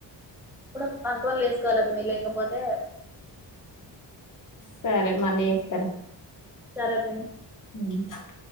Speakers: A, in the centre; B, on the left.
A: అప్పుడప్పుడు కంట్రోల్ చేసుకోవాల పిన్ని లేకపోతే
B: సరే మళ్ళీ చేస్తారా
A: సరే పిన్నీ
B: <inaudible>